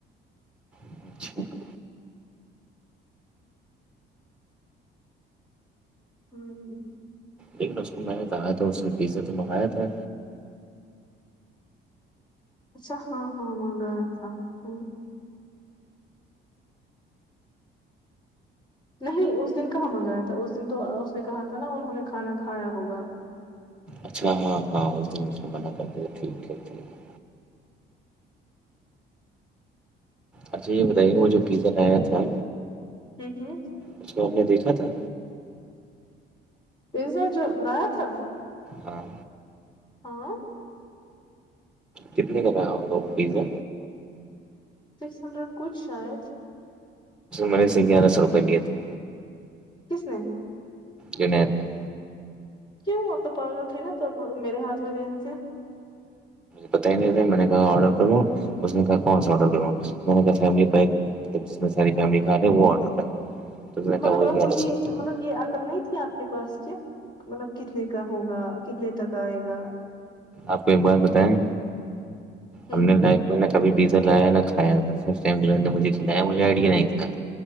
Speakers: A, in the centre; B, on the left.
A: اچھا
B: ہمم
A: لیکن اس کو میں نے بتایا تھا اسے پیزا تو منگایا تھا
B: اچھا ہاں ہاں مگیا تھا ہ نہیں اس دن کہاں منگایا تھا اس دن تو اس نے کہا تھا نا انہوں نے کھانا کھایا ہوگا
A: اچھا ہاں ہاں اس دن اس میں منع کر د ٹھیک ہے ٹھیک ہے اچھا یے بتائیے وہ جو پیزا لایا تھا
B: ہمم ہمم
A: اس کو آپ نے دیکھا تھا
B: پیزا جو نایا تھا
A: ہاں
B: ہاں
A: کتنے کا تھا یا ہوگا وہ پیزا
B: سکس ہنڈریڈ کچھ شاید
A: منے سے گیارہ سو روپئے لیے تھے
B: کس نے
A: دن اتے ہیں
B: کیوں ہو تو پاگل تھے نا تب میرے ہاتھ میں دینے سے
A: پتا ہی نہیں تھا نا میں نے کہا ارڈر کروں اس نے کہا کون سا اڈر کروں میں نے کہا فیملی پیک مطلب جس میں ساری فیملی کھاجاے وہ ارڈر کرنا تو اس نے
B: مطلب
A: کہا وہ
B: اپ
A: گیارہ
B: کو یہ
A: سو روپئے
B: مطلب یہ عقل نہیں تھی اپ کو کے پاس کیا مطلب کتنے کا ہوگا کتنے تک ائے گا
A: آپ کو ایک بات بتائیں
B: ہوں
A: ہم نے لائق میں نے کبھی پیزا لایا نا کھایا تھا فرسٹ ٹائم مھے کھلایا مجھے ائیڈیا نہیں تھا